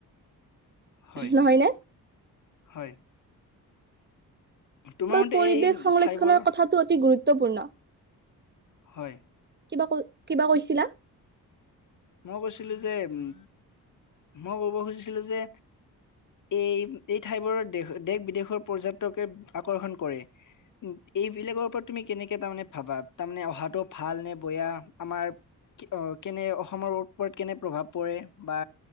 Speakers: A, on the left (about 50°); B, on the right (about 25°).
A: হয়
B: নহয় ন
A: হয়। তোমাৰ
B: আমাৰ
A: মতে
B: পৰিৱেশ
A: এই
B: সংৰক্ষণৰ
A: ঠাইবোৰ
B: কথাটো অতি গুৰুত্বপূৰ্ণ।
A: হয়।
B: কিবা কৈ কিবা কৈছিলা?
A: মই কৈছিলোঁ যে উম মই কব খুজিছিলোঁ যে এই এই ঠাইবোৰৰ দেশ দেশ বিদেশৰ পৰ্যটকে আকৰ্ষণ কৰে এইবিলাকৰ ওপৰত তুমি কেনেকে তাৰমানে ভাবা তাৰমানে অহাটো ভাল নে বেয়া আমাৰ অ কেনে অসমৰ ওপৰত কেনে প্ৰভাৱ পৰে বা